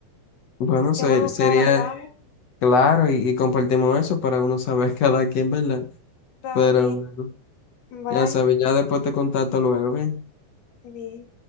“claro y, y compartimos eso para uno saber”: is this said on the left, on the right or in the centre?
Left